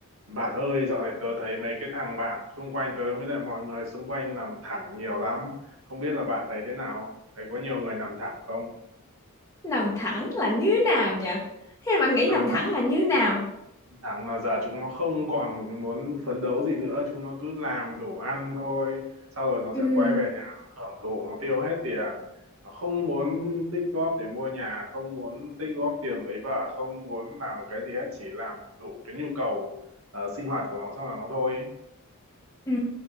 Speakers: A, on the right; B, on the left.
A: Bạn ơi, dạo này tớ thấy mấy cái thằng bạn xung quanh tớ với lại mọi người xung quanh nằm thẳng nhiều lắm. Không biết là bạn thấy thế nào? Thấy có nhiều người nằm thẳng không?
B: nằm thẳng là như nào nhỉ thế bạn nghĩ
A: Nằm
B: nằm thẳng
A: thẳng,
B: là như nào
A: thẳng mà giờ chúng nó không còn muốn phấn đấu gì nữa. Chúng nó cứ làm đủ ăn thôi. Sau rồi nó
B: Ừ,
A: sẽ quay về nhà, nó hưởng thụ, nó tiêu hết tiền. Nó không muốn tích góp để mua nhà, không muốn tích góp tiền lấy vợ, không muốn làm một cái gì hết. Chỉ làm đủ cái nhu cầu ờ, sinh hoạt của nó xong là nó thôi.
B: ừ.